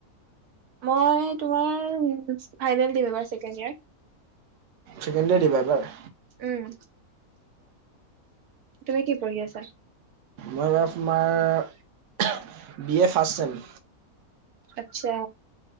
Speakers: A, on the right; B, on the right.
A: মই তোমাৰ ফাইনেল দিম এইবাৰ ছেকেণ্ড ইয়াৰ
B: চেকেণ্ডে দিবা ইবাৰ
A: উম, তুমি কি পঢ়ি আছা?
B: মই এবাৰ তোমাৰ বি এ ফাৰ্ষ্ট ছেম
A: আচ্ছা,